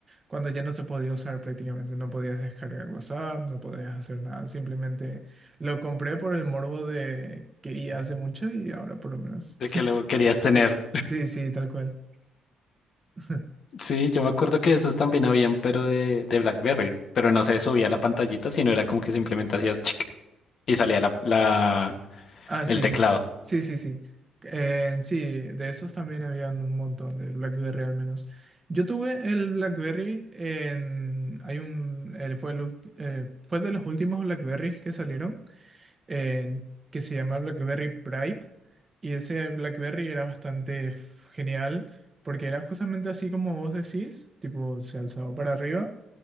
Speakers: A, on the right; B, on the left.
A: cuando ya no se podía usar prácticamente. No podías descargar WhatsApp, no podías hacer nada. Simplemente lo compré por el morbo de quería hace mucho y ahora por lo menos.
B: de que lo querías tener.
A: Sí, sí, tal cual. <laughs>
B: Sí, yo me acuerdo que esos también habían, pero de, de BlackBerry. Pero no se subía la pantallita, sino era como que simplemente hacías chic y salía la, la,
A: Ah, sí,
B: el teclado.
A: sí. Sí, sí, sí. Eh, sí, de esos también habían un montón, de BlackBerry al menos. Yo tuve el BlackBerry en... Hay un... él fue, el ulti- eh, fue de los últimos BlackBerrys que salieron, en- que se llama BlackBerry Prime. Y ese BlackBerry era bastante f- genial, porque era justamente así como vos decís, tipo se alzaba para arriba